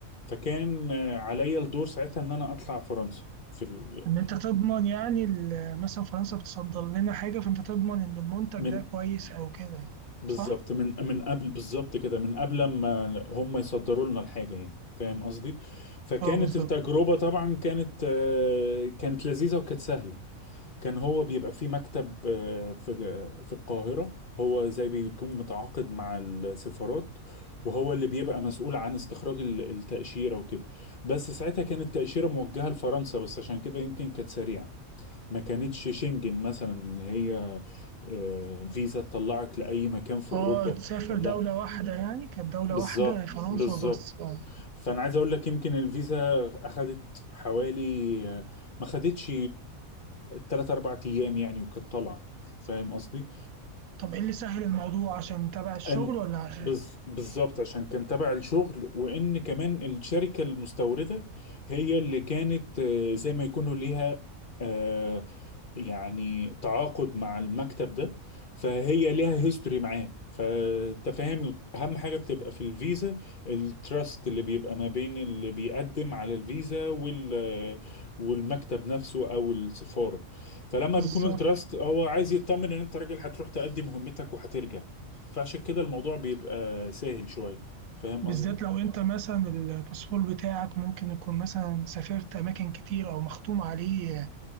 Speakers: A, on the left; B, on the right.
A: فكان آه، عليا الدور ساعتها ان انا اطلع فرنسا في ال...
B: ان انت تضمن يعني ال- مثلا فرنسا بتصدر لنا حاجة فانت تضمن ان المنتج
A: من
B: ده كويس او كده يعني
A: بالظبط
B: صح؟
A: من من قبل بالظبط كده من قبل ما هم يصدروا لنا الحاجة يعني فاهم قصدي فكانت
B: اه بالظبط
A: التجربة طبعا كانت آه، كانت لذيذة وكانت سهلة كان هو بيبقى في مكتب آه، في في القاهرة هو زي بيكون متعاقد مع السفارات وهو اللي بيبقى مسؤول عن استخراج ال- التأشيرة وكده بس ساعتها كانت التأشيرة موجهة لفرنسا بس عشان كده يمكن كانت سريعة ما كانتش شنجن مثلا اللي هي آه، فيزا تطلعك لأي مكان في أوروبا
B: اه تسافر
A: لا
B: دولة واحدة يعني كانت دولة
A: بالظبط
B: واحدة فرنسا
A: بالظبط
B: بس اه
A: فأنا عايز أقول لك يمكن الفيزا أخدت حوالي آه، ما خدتش 3 4 أيام يعني وكانت طالعة فاهم قصدي؟
B: طب ايه اللي سهل الموضوع عشان تبع الشغل
A: أن
B: ولا عشان
A: بز- بالظبط عشان كان تبع الشغل وان كمان الشركه المستورده هي اللي كانت آه، زي ما يكونوا ليها آه، يعني تعاقد مع المكتب ده فهي ليها هيستوري معاه فانت فاهم اهم حاجه بتبقى في الفيزا التراست اللي بيبقى ما بين اللي بيقدم على الفيزا وال والمكتب نفسه او السفاره فلما
B: بالظبط
A: بيكون التراست هو عايز يطمن ان انت راجل هتروح تأدي مهمتك وهترجع فعشان كده الموضوع بيبقى سهل شوية فاهم
B: بالذات
A: قصدي
B: لو انت مثلا الباسبور بتاعك ممكن يكون مثلا سافرت اماكن كتير او مختوم عليه